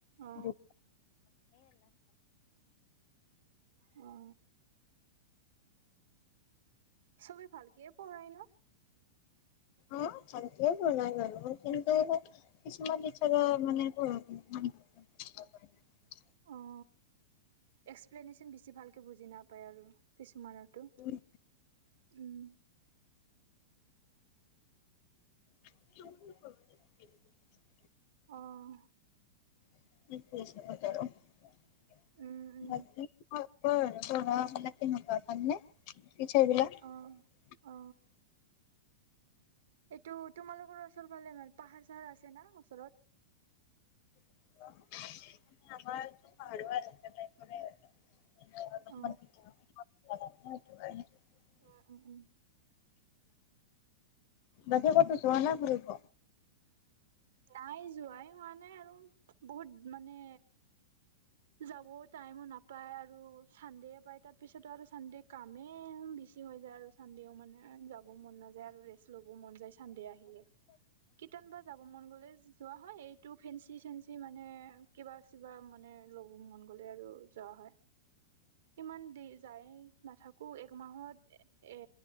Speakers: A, on the right; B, on the left.
A: অ
B: দু
A: অ চবে ভালকে পঢ়ায় ন
B: অ ভালকেপঢ়াই বাৰু কিন্তু কিছুমান টিচাৰৰ মানে <unintelligible>
A: অ এক্সপ্লেনেশচন বেছি ভালকে বুজি নাপায় আৰু কিছুমানৰ টো
B: উম।
A: উম
B: <unintelligible>
A: অহ
B: <unintelligible> পঢ়োৱা বিলাক
A: উম উম
B: কেনেকুৱা ভালনে টিচাৰ বিলাক
A: অ অ এইটো তোমালোকৰ ওচৰ ফালে ভাল পাহাৰ চাহাৰ আছে না ওচৰত
B: আমাৰ পাহাৰ
A: অ
B: <unintelligible>
A: উ উ উম
B: বকী কতো যোৱা নাই ফুৰিব
A: নাই যোৱাই হোৱা নাই আৰু বহুত মানে যাবও টাইমো নাপায় আৰু চান্দে পায় তাৰ পিছতো আৰু চানদে কামে বেছি হৈ যায় আৰু চানডেও মানে যাব মন নাযায় আৰু ৰেচ ল'ব মন যায় চান্দে আহিলে কটান বা যাব মন গ'ল লে যোৱা হয় এইটো ফেঞ্চি চেঞ্চি মানে কিবা কিবা মানে লব মন গ'লে আৰু যোৱা হয় ইমান দেৰি যায় নাথাকো একমাহত এ